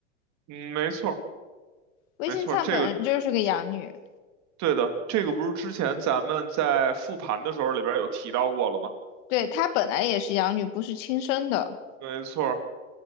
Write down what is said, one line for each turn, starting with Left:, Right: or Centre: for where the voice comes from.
Right: 嗯，没错
Left: 魏新灿本人就是个养女，
Right: 没错这个对的，这个不是之前咱们在复盘的时候里边有提到过了吗？
Left: 对，她本来也是养女，不是亲生的。
Right: 没错儿，